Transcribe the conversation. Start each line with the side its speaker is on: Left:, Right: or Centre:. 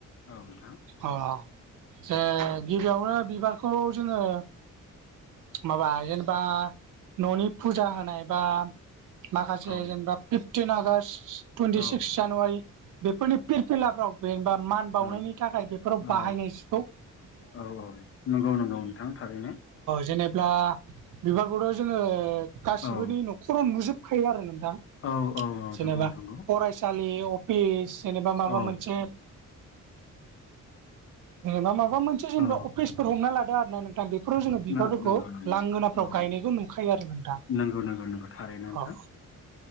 Left: औ नोंथां
Right: अ जे गिबियावनो बिबारखौ जोङो माबा जेनेबा न'नि फुजा होनाय बा माखासे
Left: औ
Right: जेनेबा आग्ट टुइन्टि
Left: औ
Right: सिक्स जानुवारि बेफोरनि फिरफिलाफ्राव जेनेबा मान बावनायनि
Left: औ
Right: थाखाय बेफोराव
Left: औ
Right: बाहायनाय जिखौ
Left: औ औ नंगौ नंगौ नोंथां थारैनो
Right: जेनेबा बिबारखौथ' जोङो गासिबोनि
Left: औ
Right: न'खराव नुजोबखायो आरो नोंथां
Left: औ औ
Right: जेनेबा
Left: नंगौ नंगौ
Right: फरायसालि जेनेबा माबा
Left: औ
Right: मोनसे जेनेबा माबा मोनसे मोनसे जेनेबा
Left: औ
Right: अफिसफोर हमना लादो आरो ना नोंथां बेफोराव जोङो बिबारफोरखौ
Left: नंगौ नंगौ
Right: लांगोनाफ्राव
Left: औ
Right: गायनायखौ नुखायो आरो नोंथां
Left: नंगौ नंगौ नंगौ थारैनो नोंथां
Right: अ